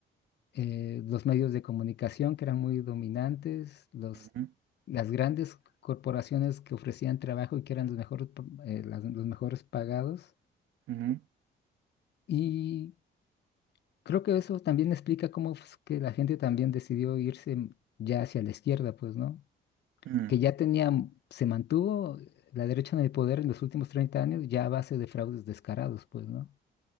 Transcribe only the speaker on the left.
eh, los medios de comunicación que eran muy dominantes, los,
las grandes corporaciones que ofrecían trabajo y que eran los mejores, los mejores pagados.
Y creo que eso también explica cómo fue que la gente también decidió irse ya hacia la izquierda, pues, ¿no?
que ya tenía, se mantuvo la derecha en el poder en los últimos 30 años ya a base de fraudes descarados, pues, ¿no?